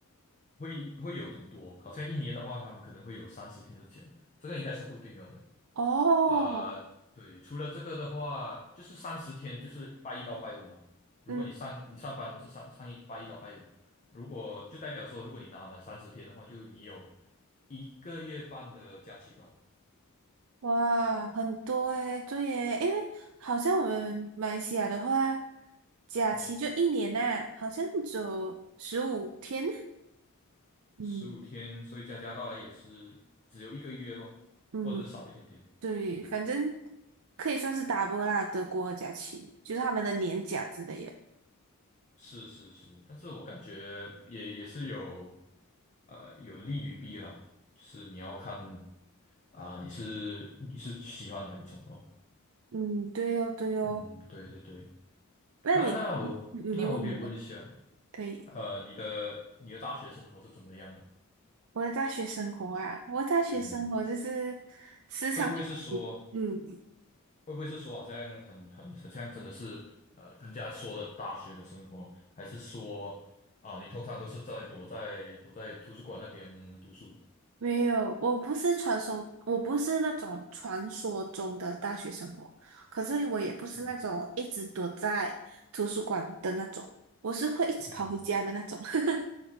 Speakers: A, on the left; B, on the right.
A: 会会有很多，好像一年的话，他们可能会有三十天的假，这个应该是固定了的。
B: 哦，
A: 呃，对，除了这个的话，就是三十天，就是拜一到拜五嘛。如果你上你上班都是上上一拜一到拜五，
B: 嗯，
A: 如果就代表说，如果你拿满三十天的话，就你有一个月半的假期吧。
B: 哇，很多诶，对耶，因为好像我们马来西亚的话，假期就一年呐、
A: 嗯，
B: 好像只有十五天。嗯
A: 十五天，所以加加到来也是只有一个月咯，
B: 嗯，
A: 或者是少一点点，
B: 对，
A: 是吗？
B: 反正可以算是 double 啦，德国的假期就是他们的年假之类的。
A: 是是是，但是我感觉也也是有，呃，有利与弊啦，就是你要看啊、你是你是喜欢哪一种咯。
B: 嗯，对哦，对哦。
A: 嗯，对对对，
B: 那你，
A: 那那我那我可以问一下，
B: 嗯你问你问，可以。
A: 呃，你的你的大学生活是怎么样的？
B: 我的大学生活啊，我的大学生活就是时常会
A: 嗯，会不会是说，
B: 嗯，
A: 会不会是说，好像很很很像真的是呃人家说的大学的生活，还是说啊，你通常都是在躲在躲在图书馆那边读书？
B: 没有，我不是传说，我不是那种传说中的大学生活，可是我也不是那种一直躲在图书馆的那种，
A: 嗯
B: 我是会一直跑回家的那种。
A: 嗯
B: <laughs>